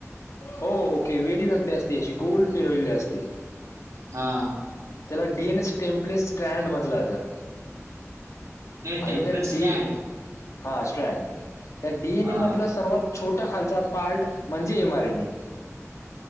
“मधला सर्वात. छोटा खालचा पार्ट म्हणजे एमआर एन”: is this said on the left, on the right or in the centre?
Left